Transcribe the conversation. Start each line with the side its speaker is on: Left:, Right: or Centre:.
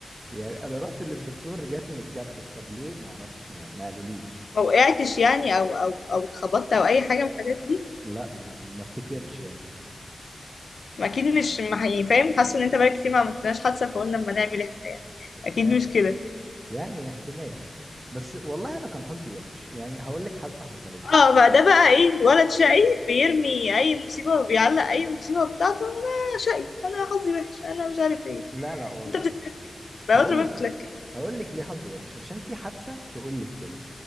Right: يعني انا رحت للدكتور رجعت متجبس طب ليه ما اعرفش ما, ما قالوليش
Left: ما وقعتش يعني او او او اتخبطت او اي حاجه من الحاجات دي
Right: لا ما ما افتكرش يعني
Left: ما اكيد مش ما يعني فاهم حاسه ان انت بقى كتير ما عملتناش حادثه فقلنا اما نعمل احنا يعني اكيد
Right: يع-
Left: مش كده
Right: يعني احتمال بس والله انا كان حظي وحش يعني هقول لك حادثه حصلت لي
Left: اه بقى ده بقى ايه ولد شقي بيرمي اي مصيبه وبيعلق اي مصيبه بتاعته انا شقي انا حظي وحش انا مش عارف ايه
Right: لا لا والله
Left: انت بتتلكك بقى
Right: هقول
Left: قطر ما
Right: لك
Left: بتتلكك
Right: هقول لك ليه حظي وحش عشان في حادثه تقول لك كده